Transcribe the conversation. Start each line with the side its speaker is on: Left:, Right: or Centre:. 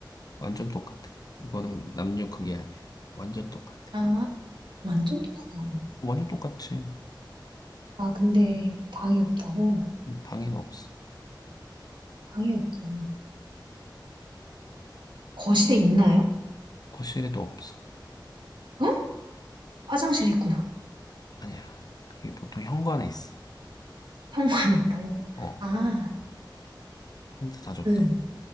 Left: 완전 똑같아. 이거는 남녀 그게 아니야. 완전 똑같아.
Right: 아, 완전 똑같네.
Left: 완전 똑같지.
Right: 아, 근데 방이 없다고?
Left: 음, 방에는 없어.
Right: 방이 없다고. 거실에 있나요?
Left: 거실에도 없어.
Right: 어? 화장실에 있구나.
Left: 아니야. 그게 보통 현관에 있어.
Right: 현관 에 있다고?
Left: 어,
Right: 아,
Left: 힌트 다 줬다.
Right: 그,